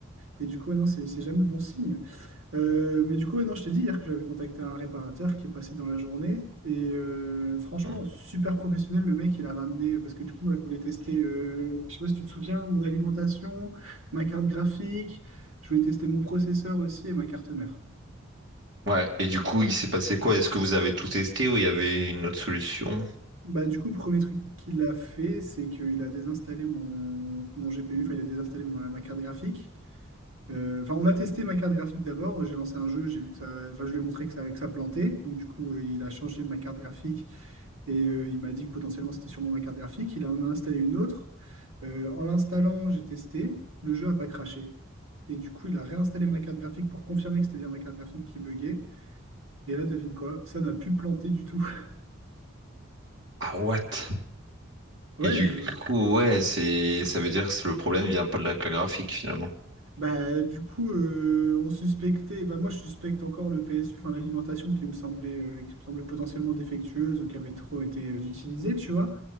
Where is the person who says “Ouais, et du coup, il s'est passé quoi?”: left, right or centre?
Right